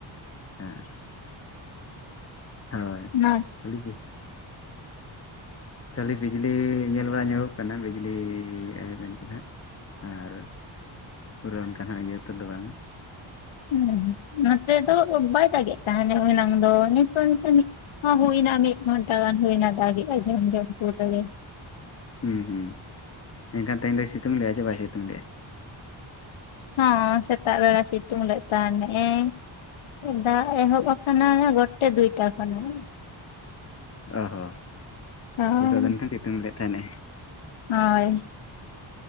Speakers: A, on the left; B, on the left.
A: ᱟᱨ ᱦᱳᱭ,
B: ᱱᱚ
A: ᱠᱷᱟᱹᱞᱤ ᱜᱮ ᱠᱷᱟᱹᱞᱤ ᱵᱤᱡᱽᱞᱤ ᱧᱮᱞ ᱢᱟ ᱧᱮᱞᱚᱜ ᱠᱟᱱᱟ ᱵᱤᱡᱽᱞᱤ ᱮᱜ ᱟᱭ ᱢᱮᱱᱛᱮ ᱱᱟᱜ ᱟᱨ ᱯᱩᱨᱟᱹᱚᱱᱠᱟ ᱱᱟᱜ ᱤᱭᱟᱹ ᱛᱮᱫᱚ ᱵᱟᱝᱼᱟ ᱾
B: ᱦᱩᱸ ᱱᱚᱛᱮ ᱫᱚ ᱵᱟᱭ ᱫᱟᱜᱮᱛ ᱛᱟᱦᱮᱱᱮ ᱮᱱᱟᱝ ᱫᱚ ᱱᱤᱛᱚ ᱱᱤᱛᱳ ᱱᱤᱡ ᱦᱚᱸ ᱦᱩᱭ ᱱᱟ ᱢᱤᱫ ᱜᱷᱚᱱᱴᱟ. ᱜᱟᱱ ᱦᱩᱭᱱᱟ ᱫᱟᱜ ᱮᱫᱟᱭ ᱡᱷᱚᱢ ᱡᱷᱚᱢ ᱡᱳᱨ ᱛᱮᱜᱮ ᱾
A: ᱦᱩᱸ ᱦᱩᱸ ᱢᱮᱱᱠᱷᱟᱱ ᱛᱮᱹᱦᱮᱹᱧ ᱫᱚ ᱥᱤᱛᱩᱝ ᱞᱮᱜᱟᱭ ᱪᱮ ᱵᱟᱭ ᱥᱤᱛᱩᱝ ᱞᱮᱜ ᱟ?
B: ᱦᱚᱸ ᱥᱮᱛᱟᱜ ᱵᱮᱲᱟ ᱥᱤᱛᱩᱝ ᱞᱮᱫ ᱛᱟᱦᱮ ᱱᱮᱜ ᱮ ᱫᱟᱜ ᱮᱦᱚᱵ ᱟᱠᱟᱱᱟ ᱜᱚᱴ-ᱴᱮ ᱫᱩᱭᱴᱟ ᱠᱷᱚᱱᱟᱜ ᱾
A: ᱚ -ᱦᱚ
B: ᱦᱳᱭ
A: ᱱᱤᱛᱚᱜ ᱢᱮᱱᱠᱷᱟᱱᱮ ᱥᱤᱛᱩᱝ ᱞᱮᱫ ᱛᱟᱦᱮᱱᱮ ᱾
B: ᱦᱳᱻᱭ ᱾